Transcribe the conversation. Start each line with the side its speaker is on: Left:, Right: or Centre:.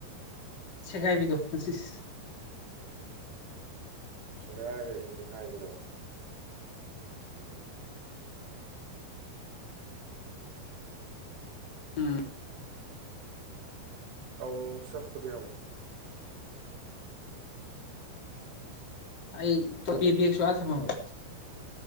Left: ꯁꯦꯒꯥꯏꯕꯤꯗꯣ ꯏꯁ ꯏꯁ
Right: ꯁꯦꯒꯥꯏꯔꯒ ꯅꯤꯛꯈꯥꯏꯕꯤꯗꯣ <unintelligible>
Left: ꯎꯝ
Right: ꯑꯃꯨꯛ ꯃꯨꯛ ꯆꯞꯄꯗꯤ ꯌꯥꯎꯋꯦ꯫
Left: <unintelligible> ꯑꯩ <unintelligible> ꯕꯦꯛꯁꯨ ꯑꯥ ꯊꯃꯝꯃꯕ